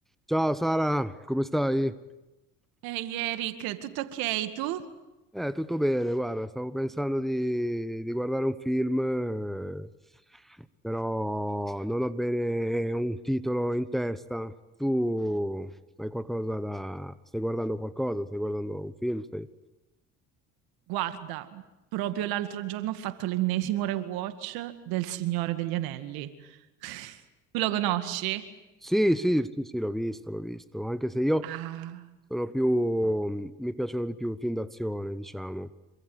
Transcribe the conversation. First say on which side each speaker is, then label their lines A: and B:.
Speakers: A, in the centre; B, on the right (about 65°).
A: Ciao Sara, come stai?
B: Ehi Eric, tutto ok tu?
A: Eh, tutto bene, guarda, stavo pensando di, di guardare un film, eh, però non ho bene un titolo in testa. Tu hai qualcosa da... Stai guardando qualcosa? Stai guardando un film? Stai...
B: Guarda, proprio l'altro giorno ho fatto l'ennesimo rewatch del Signore degli Anelli. <laughs> Tu lo conosci?
A: Sì, sì, sì, sì, l'ho visto, l'ho visto, anche se io
B: Ah,
A: sono più, mi piacciono di più i film d'azione, diciamo.